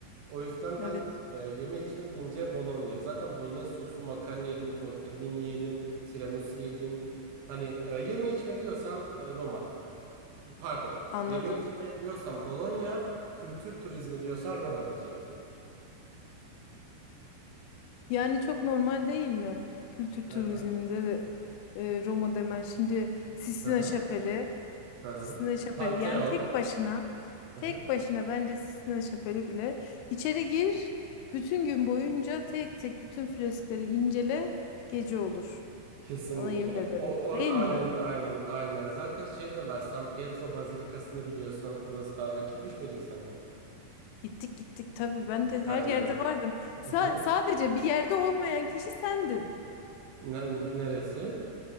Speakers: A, on the right; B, on the left.
A: O yüzden
B: Evet
A: ben e, yeme içme deyince Bologna. Zaten bolognese soslu makarna yedim. Tortellini yedim. Tiramisu yedim. Hani e, yeme içme diyorsan e, Roma. Pardon.
B: anladım.
A: Yeme içme diyorsan Bologna, kültür turizmi diyorsan Roma diyecektim.
B: Yani çok normal değil mi? Kültür
A: Nerede?
B: turizminde de e, Roma demen. Şimdi Sistine
A: Hı hı.
B: Şapeli,
A: Hı hı.
B: Sistine Şapeli
A: Pantheon.
B: yani tek başına,
A: Hı
B: tek
A: hı.
B: başına bence Sistine Şapeli bile içeri gir, bütün gün boyunca tek tek bütün freskleri incele, gece olur.
A: Kesinlikle.
B: Sana yemin ederim.
A: O, o
B: Değil
A: aynen
B: mi?
A: aynen aynen. Zaten şey de var. San Pietro Bazilikası'nı biliyorsan orası da ha, gitmiş miydik seninle?
B: Gittik gittik tabii ben de her
A: Aynen.
B: yerde vardım. Sa-
A: Hı hı.
B: sadece bir yerde olmayan kişi sendin.
A: Ne- Neresi?